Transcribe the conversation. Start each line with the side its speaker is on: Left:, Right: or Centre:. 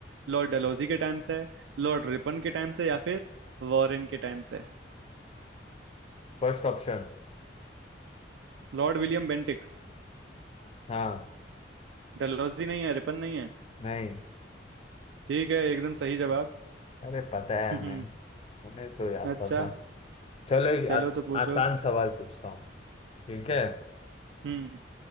Right: लॉर्ड डलहौजी के टाइम से है लॉर्ड रिपन के टाइम से या फिर वॉरेन के टाइम से है।
Left: First option
Right: Lord William Bentinck
Left: हाँ
Right: डलहौजी नहीं है रिपन नहीं है
Left: नहीं
Right: ठीक है एकदम सही जवाब
Left: अरे पता है
Right: <laughs>
Left: हमें हमें तो आता
Right: अच्छा
Left: था चलो एक
Right: चलो
Left: आस,
Right: तो पूछो
Left: आसान सवाल पूछता हूँ ठीक है
Right: हम्म